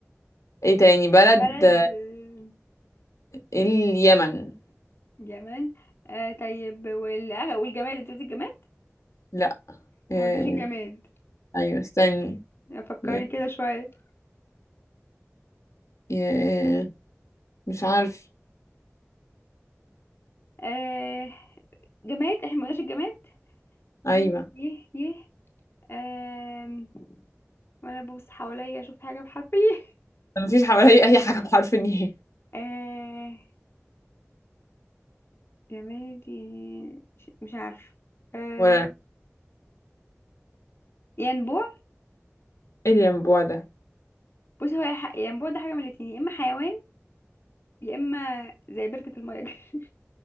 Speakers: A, on the left; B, on the left.
A: ايه تاني بلد
B: <laughs> بلد
A: آه،
B: آم،
A: اليمن
B: جمال آه طيب وال... آه، والجماد انت قلتي الجماد
A: لا
B: ما
A: آه،
B: قلتيش الجماد
A: ايوه استني
B: فكري
A: ي-
B: كده شوية
A: ي- مش عارف
B: آه جماد احنا ما قلناش الجماد
A: ايوه
B: يه يه يه آم، وانا ببص حواليا اشوف حاجة بحرف الايه
A: ما فيش حواليا اي حاجه بحرف الياء
B: آه جمال دي مش مش عارفة آه
A: ولا أنا.
B: ينبوع
A: ايه الينبوع ده
B: بص هو يا ح- ينبوع ده حاجة من الاتنين يا اما حيوان يا اما زي بركة المية كده.